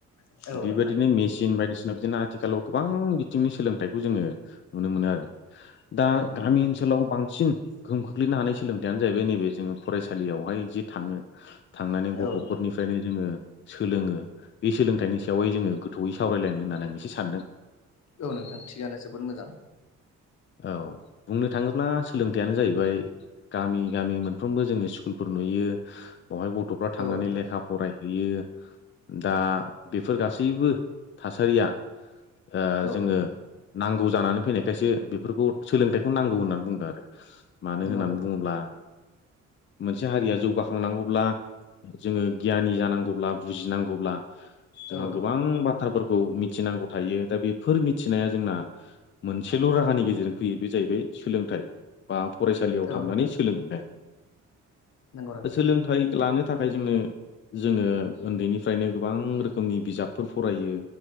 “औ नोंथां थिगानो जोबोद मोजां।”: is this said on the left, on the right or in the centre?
Left